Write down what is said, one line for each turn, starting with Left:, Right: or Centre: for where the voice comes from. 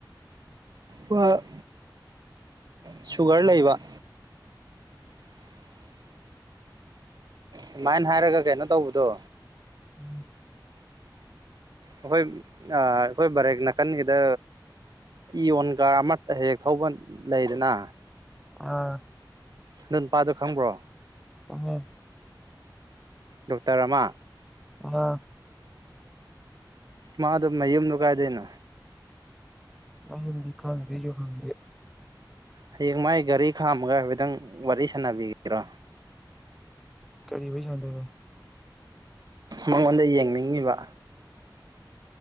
Right: ꯋꯥ ꯁꯨꯒꯔ ꯂꯩꯕ ꯁꯨꯃꯥꯏꯅ ꯍꯥꯏꯔꯒ ꯀꯩꯅꯣ ꯇꯧꯕꯗꯣ
Centre: ꯑ
Right: ꯑꯩꯈꯣꯏ ꯑꯩꯈꯣꯏ ꯕꯥꯔꯦꯛ ꯅꯥꯀꯟꯒꯤꯗ ꯌꯣꯟꯒ ꯑꯃ ꯍꯦꯛ ꯊꯧꯕ ꯂꯩꯗꯅ
Centre: ꯑꯥ
Right: ꯅꯪ ꯅꯨꯄꯥꯗꯨꯣ ꯈꯪꯕ꯭ꯔꯣ
Centre: ꯍꯣꯏ
Right: ꯗꯣꯛꯇꯔ ꯑꯃꯥ
Centre: ꯑ
Right: ꯃꯥꯗꯨ ꯃꯌꯨꯝꯗꯨꯣ ꯀꯥꯏꯗꯣꯏꯅꯣ
Centre: ꯑꯩ ꯌꯨꯝꯗꯤ ꯈꯪꯍꯗꯦ ꯌꯨꯍꯟꯗꯦ
Right: ꯍꯌꯦꯡ ꯃꯥꯥꯏ ꯒꯥꯔꯤ ꯈꯥꯝꯃꯒ ꯍꯥꯏꯐꯦꯠꯇꯪ ꯋꯥꯔꯤ ꯁꯥꯟꯅꯕꯤꯒꯔꯣ
Centre: ꯀꯔꯤꯕꯩ ꯌꯥꯗꯒ
Right: ꯃꯉꯣꯟꯗ ꯌꯦꯡꯅꯤꯡꯉꯤꯕ